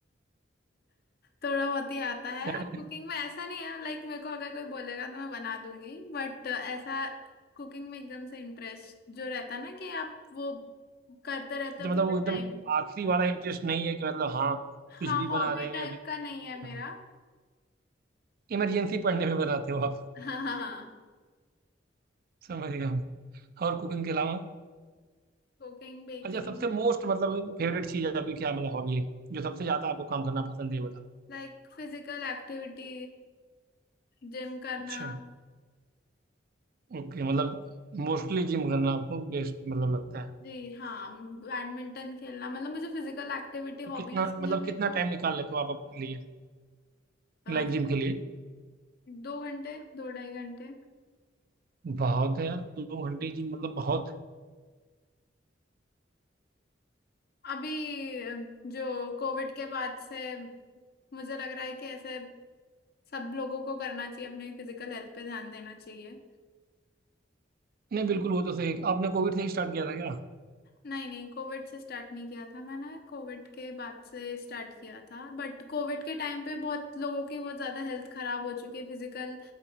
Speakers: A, on the left (about 55°); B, on the right (about 50°).
A: थोड़ा बहुत ही आता है
B: क्या करें?
A: कुकिंग में ऐसा नहीं है लाइक मेरे को अगर कोई बोलेगा तो मैं बना दूंगी बट ऐसा कुकिंग में एकदम से इंटरेस्ट जो रहता है ना कि आप वो करते रहते
B: अच्छा,
A: हो पूरे
B: मतलब वो
A: टाइम
B: एकदम आखिरी वाला इंटरेस्ट नहीं है कि मतलब हाँ
A: हाँ
B: कुछ भी
A: हॉबी
B: बना रहे हो
A: टाइप
B: या फिर
A: का नहीं है मेरा
B: बना,
A: <laughs>
B: इमरजेंसी पड़ने पे बनाते हो आप
A: हाँ हाँ हाँ
B: समझ गया मैं। और कुकिंग के अलावा
A: Cooking baking
B: अच्छा सबसे मोस्ट मतलब फेवरेट चीज आपकी क्या मतलब हॉबी है जो सबसे ज्यादा आपको काम करना पसंद है ये बताओ
A: Like physical activity gym करना
B: अच्छा ओके मतलब मोस्टली जिम करना आपको बेस्ट मतलब लगता है
A: जी हाँ बैडमिंटन खेलना मतलब मुझे फिजिकल एक्टिविटी
B: तो कितना
A: हॉबीज
B: मतलब
A: में मेरे
B: कितना
A: को
B: टाइम निकाल लेते हो आप अपने लिए
A: अ,
B: लाइक जिम के लिए
A: दो घंटे दो ढाई घंटे
B: बहुत है यार दो घंटे जिम मतलब बहुत
A: अभी जो कोविड के बाद से मुझे लग रहा है कि ऐसे सब लोगों को करना चाहिए अपने फिजिकल हेल्थ पे ध्यान देना चाहिए
B: नहीं बिल्कुल वो तो सही आपने कोविड से ही स्टार्ट किया था क्या
A: नहीं नहीं कोविड से स्टार्ट नहीं किया था मैंने कोविड के बाद से स्टार्ट किया था बट कोविड के टाइम पे बहुत लोगों की बहुत ज्यादा हेल्थ खराब हो चुकी है फिजिकल